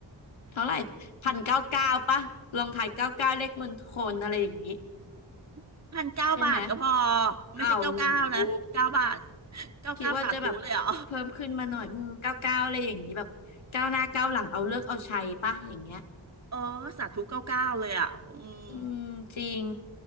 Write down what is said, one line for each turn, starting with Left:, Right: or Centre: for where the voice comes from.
Left: เท่าไหร่พันเก้าเก้าปะลองทายเก้าเก้าเลขมณฑลอะไรอย่างนี้
Right: <laughs> พันเก้าบาทก็พอ
Left: ใช่ไหม
Right: ไม่ใช่เก้าเก้านะเก้าบาท
Left: อ้าวโห
Right: เก้าเก้าสาธุเลยเหรอ
Left: คิดว่าจะแบบเพิ่มขึ้นมาหน่อยอืมเก้าเก้าอะไรอย่างนี้แบบก้าวหน้าก้าวหลังเอาเลิกเอาชัยปะอย่างเงี้ย
Right: เออสาธุเก้าเก้าเลยอ่ะอืม
Left: อืมจริง